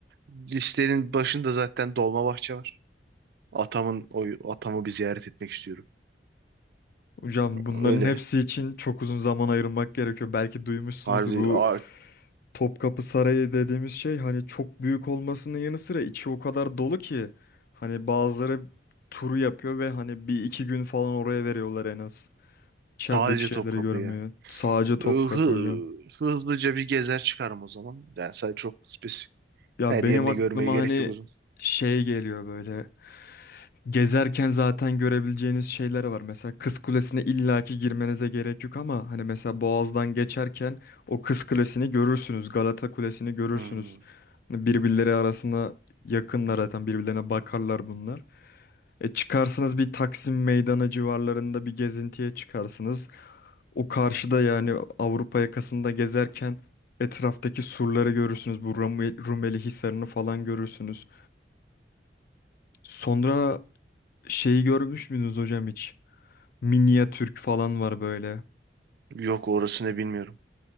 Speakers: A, on the right (about 60°); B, on the left (about 55°).
A: Listenin başında zaten Dolmabahçe var. Atamın o atamı bir ziyaret etmek istiyorum.
B: Hocam bunların
A: Öyle.
B: hepsi için çok uzun zaman ayırmak gerekiyor. Belki duymuşsunuzdur
A: Harbi
B: bu
A: a-
B: Topkapı Sarayı dediğimiz şey hani çok büyük olmasının yanı sıra içi o kadar dolu ki hani bazıları turu yapıyor ve hani bir iki gün falan oraya veriyorlar en az. İçerideki
A: sadece
B: şeyleri
A: Topkapı'ya.
B: görmüyor. Sadece Topkapı
A: Hı-
B: hocam.
A: hızlıca bir gezer çıkarım o zaman. Yani sadece çok spesifik.
B: Ya
A: Her
B: benim
A: yerini
B: aklıma
A: görmeye gerek
B: hani
A: yok o zaman.
B: şey geliyor böyle. Gezerken zaten görebileceğiniz şeyler var. Mesela Kız Kulesi'ne illaki girmenize gerek yok ama hani mesela Boğaz'dan geçerken o Kız Kulesi'ni görürsünüz. Galata Kulesi'ni görürsünüz.
A: Hmm.
B: Hani Birbirleri arasında yakınlar zaten birbirlerine bakarlar bunlar. E çıkarsınız bir Taksim Meydanı civarlarında bir gezintiye çıkarsınız. O karşıda yani Avrupa yakasında gezerken etraftaki surları görürsünüz. Bu Rumeli, Rumeli Hisarı'nı falan görürsünüz. Sonra şeyi görmüş müydünüz hocam hiç? Minyatürk falan var böyle.
A: Yok orasını bilmiyorum.